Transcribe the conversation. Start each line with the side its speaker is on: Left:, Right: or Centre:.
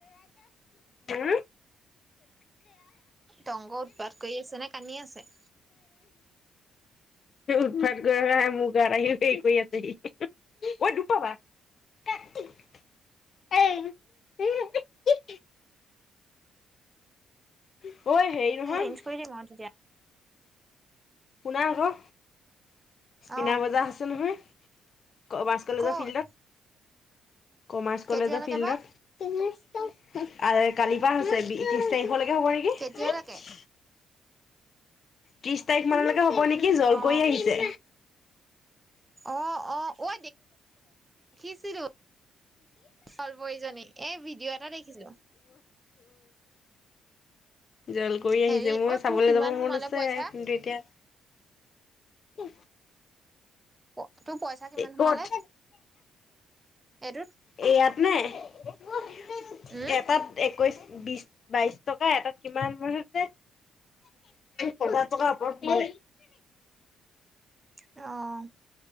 Left: হম
Right: টংগ উৎপাত কৰি আছে নে কান্দি আছে?
Left: উৎপাত কৰা নাই। মোৰ গাত আহি হেৰি কৰি আছেহি। অই, দুখ পাবা। <unintelligible> <unintelligible> ঐ, হেৰি নহয়।
Right: চেঞ্জ কৰি দিম আৰু তেতিয়া
Left: শুনা আকৌ। মিনা
Right: অ
Left: বজাৰ আছে নহয়? কমাৰ্চ কলেজৰ
Right: ক'ত
Left: ফিল্ডত। কমাৰ্চ কলেজৰ
Right: কেতিয়ালৈকে
Left: ফিল্ডত।
Right: বা
Left: পিলিচ। আৰে কালিৰপৰা হৈছে। বি ত্ৰিশ তাৰিখলৈক হ'ব নেকি?
Right: কেতিয়ালৈকে
Left: তিশ তাৰিখ মানলৈকে হ'ব নেকি? জল
Right: অ
Left: কোৱঁৰী আহিছে।
Right: অ অ ঐ দেখিছিলো চলপৰীজনী এই ভিডিঅ' এটা দেখিছিলো
Left: জল কোৱঁৰী আহিছে,
Right: হেৰি
Left: মোৰ
Right: অ
Left: চাবলৈ
Right: তোৰ কিমান
Left: যাব
Right: সোমালে
Left: মন আছে,
Right: পইচা
Left: কিন্তু এতিয়া কি?
Right: <unintelligible> কিমান
Left: ক'ত?
Right: সোমালে এইটোত
Left: এইয়াত নে? <unintelligible>
Right: উম
Left: এটাত একৈছ বিশ, বাইশ টকা এটাত কিমান মসছে, পঞ্চাশ টকাৰ ওপৰত সোমালে।
Right: অ'।